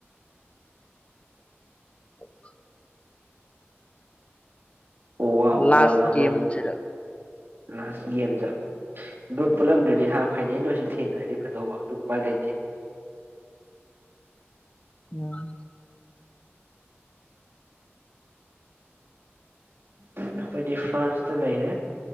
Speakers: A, on the left; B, on the right.
A: <unintelligible>
B: ꯑꯣ ꯋꯥ ꯑꯣ
A: ꯂꯥꯁ
B: ꯋꯥ ꯉꯥꯡꯅꯕ
A: ꯒꯥꯃꯦꯝ ꯁꯤ
B: ꯂꯥꯁ ꯒꯦꯝꯗ ꯑꯗꯨ ꯄꯨꯜꯂꯝꯗ꯭ꯔꯗꯤ ꯍꯥ ꯐꯥꯏꯅꯜꯗ ꯑꯣꯏꯁꯨ ꯊꯦꯡꯅ꯭ꯔꯗꯤ ꯐꯗꯧꯕ ꯑꯗꯨ ꯎꯄꯥꯏ ꯂꯩꯇꯦ
A: ꯎꯝ
B: ꯑꯩꯈꯣꯏꯗꯤ ꯐ꯭ꯔꯥꯟꯁꯇ ꯂꯩꯔꯦ